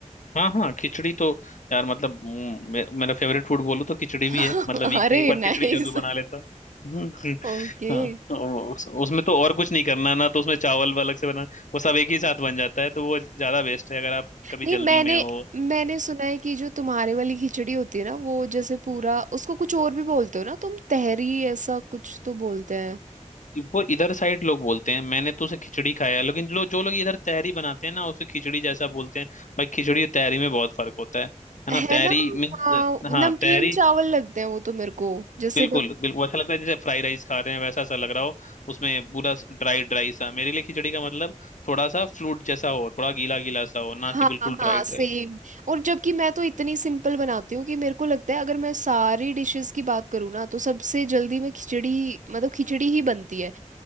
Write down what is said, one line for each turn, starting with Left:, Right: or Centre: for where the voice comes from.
Left: हाँ हाँ खिचड़ी तो यार मतलब हम्म, मे, मेरा फेवरेट फूड बोलूँ तो खिचड़ी
Right: <laughs>
Left: भी है मतलब वीक
Right: अरे
Left: में एक बार
Right: नाइस
Left: खिचड़ी जरूर बना लेता हूँ। <laughs>
Right: ओके
Left: हाँ तो उस, उसमें तो और कुछ नहीं करना ना तो उसमें चावल अलग से बना वो सब एक ही साथ बन जाता है तो वो ज्यादा बेस्ट है अगर आप कभी
Right: नहीं
Left: जल्दी
Right: मैंने
Left: में हो
Right: मैंने सुना है कि जो तुम्हारे वाली खिचड़ी होती है ना वो जैसे पूरा उसको कुछ और भी बोलते हो ना तुम तहरी ऐसा कुछ तो बोलते हैं
Left: वो इधर साइड लोग बोलते हैं मैंने तो उसे खिचड़ी खाया है लेकिन जो जो लोग इधर तहरी बनाते हैं ना उसे खिचड़ी जैसा बोलते हैं भाई खिचड़ी और तहरी में बहुत फर्क होता है है
Right: है
Left: ना तहरी
Right: ना
Left: मीन्स
Right: हाँ नमकीन
Left: हाँ तहरी
Right: चावल लगते हैं वो तो मेरे को जैसे
Left: बिल्कुल
Right: नम
Left: बिल्कुल ऐसा लगता है जैसे फ्राई राइस खा रहे हैं वैसा सा लग रहा हो उसमें पूरा ड्राई ड्राई सा मेरे लिए खिचड़ी का मतलब थोड़ा सा फ्लूट जैसा हो थोड़ा गीला गीला सा हो ना
Right: हाँ
Left: कि बिल्कुल
Right: हाँ
Left: ड्राई
Right: सेम
Left: ड्राई
Right: और जबकि मैं तो इतनी सिंपल बनाती हूँ कि मेरे को लगता है अगर मैं सारी डिशेस की बात करूँ ना तो सबसे जल्दी मैं खिचड़ी मतलब खिचड़ी ही बनती है